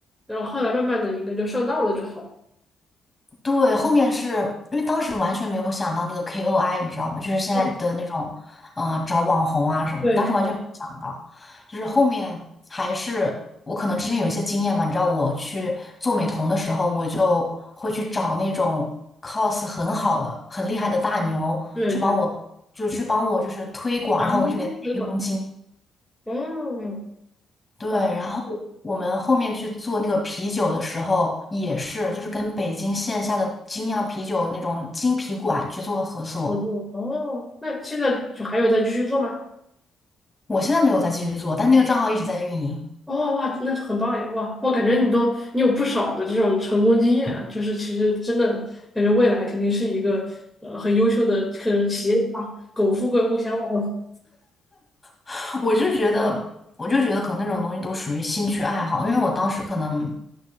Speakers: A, in the centre; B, on the left (about 20°).
A: 然后后来慢慢的应该就上道了就好了。
B: 对，后面是因为当时完全没有想到那个 KOI，你知道吗？就是现在的那种，
A: 嗯，
B: 嗯、呃，找网红啊什么的，
A: 对对
B: 当时完全没有想到。就是后面还是我可能之前有一些经验嘛，你知道我去做美瞳的时候，我就会去找那种 cos 很好的、很厉害的大牛去帮我，
A: 对对，
B: 就去帮我就是推广，
A: 皇宫水管，
B: 然后我就给他一佣金。
A: 哦，
B: 对，
A: 哇，
B: 然后我们后面去做那个啤酒的时候，也是就是跟北京线下的精酿啤酒那种精啤馆去做的合作。
A: 合作哦，那现在就还有在继续做吗？
B: 我现在没有再继续做，但那个账号一直在运营。
A: 哦，哇，那很棒呀，哇，我感觉你都你有不少的这种成功经验啊，就是其实真的感觉未来肯定是一个呃很优秀的，可能企业家，苟富贵勿相 <laughs> 忘。
B: <laughs> 我就觉得，我就觉得可能那种东西都属于兴趣爱好，因为我当时可能，